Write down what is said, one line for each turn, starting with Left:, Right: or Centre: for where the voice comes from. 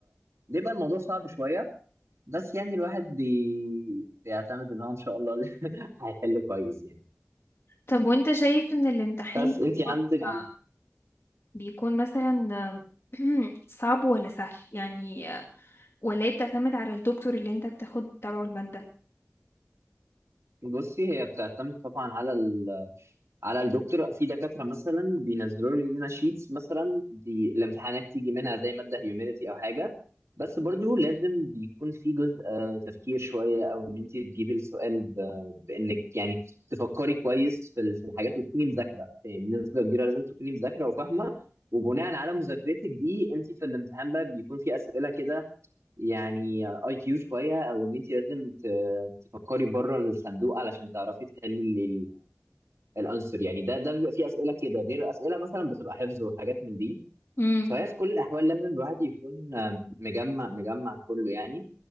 Right: بيبقى الموضوع صعب شويه بس يعني الواحد بي... بيعتمد ان هو ان شاء الله <laughs> هيحل كويس يعني
Left: طب وانت شايف ان الامتحان
Right: بس
Left: في
Right: انت عندك
Left: مصر
Right: عندك
Left: بيكون مثلا <clears throat> صعب ولا سهل يعني ولا هي بتعتمد على الدكتور اللي انت بتاخد تبعه المادة
Right: بصي هي بتعتمد طبعا على على الدكتور في دكاترة مثلا بينزلوا لنا شيتس مثلا دي الامتحانات تيجي منها زي مادة هيومانيتي أو حاجة بس برضو لازم بيكون في جزء آه، تفكير شوية أو إن أنت تجيبي السؤال ب- بإنك يعني تفكري كويس في ال- في الحاجات وتكوني مذاكرة يعني بنسبة كبيرة لازم تكوني مذاكرة وفاهمة وبناء على مذاكرتك دي أنت في الامتحان بقى بيكون في أسئلة كده يعني اي كيو شوية أو إن أنت لازم ت- تفكري بره الصندوق علشان تعرفي تحلي الانسر يعني ده ده بيبقى فيه اسئله كده غير اسئله مثلا بتبقى حفظ وحاجات من دي
Left: امم
Right: فهي في كل الاحوال لازم الواحد يكون آه، مجمع مجمع كله يعني